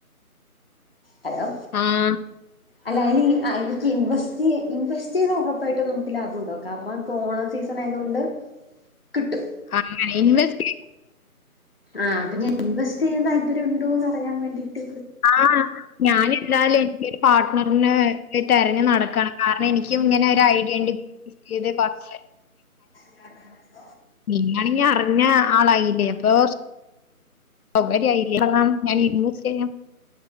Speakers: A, on the left; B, on the left.
A: ഹലൊ
B: ആഹ്
A: അല്ല അ എനിക്ക് ഇൻവെസ്റ്റ് ചെയ ഇൻവെസ്റ്റ് ചെയ്ത ഉറപ്പായിട്ടും നമുക്ക് ലാഭം ഉണ്ടാകും. അപ്പ ക്കോണം സീസണായത് കൊണ്ട് ക്‌ട്ടും. <inaudible>
B: അങ്ങനെ ഇൻവെസ്റ്റ്
A: ആ പിന്നെ ഇൻവെസ്റ്റ് ചെയ്യൻ താല്പര്യംണ്ടോന്ന്റിയാൻ വേണ്ടീട്ട്.
B: ആഹ ഞാനെന്തായാലും എനിക്കരു പാർട്ട്ണറിന് തിരഞ്ഞു നടക്കണ് കാരണം എനിക്ക് ഇങ്ങനെ ഒരു ഐഡിയണ്ട് ചെയ്ത് കൊർച്
A: ആഹ്
B: നിങ്ങണി അറിഞ്ഞ ആളായില്ലേ അപ്പൊ <unintelligible> ഞാൻ <inaudible> ചെയ്യാം